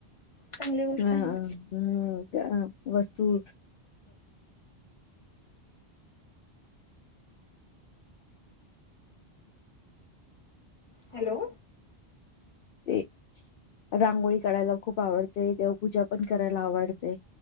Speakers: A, on the left (about 30°); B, on the left (about 65°).
A: चांगली गोष्ट
B: हा
A: आहे ना
B: हम्म वस्तू
A: हॅलो
B: ते रांगोळी काढायला खूप आवडते देवपूजा पण करायला आवडते